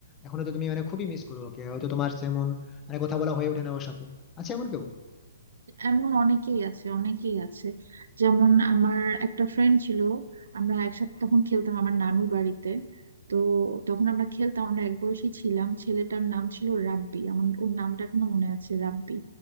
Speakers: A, on the left; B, on the right.
A: এখনো তো তুমি মানে খুবই মিস করো ওকে হয়তো তোমার যেমন মানে কথা বলা হয়ে ওঠে না ওর সাথে আছে এমন কেউ
B: এমন অনেকেই আছে অনেকেই আছে যেমন আমার একটা ফ্রেন্ড ছিল আমরা একসাথে তখন খেলতাম আমার নানু বাড়িতে তো তখন আমরা খেলতাম আমরা এক বয়সী ছিলাম ছেলেটার নাম ছিল রাব্বি আমার ওর নামটা এখনো মনে আছে রাব্বি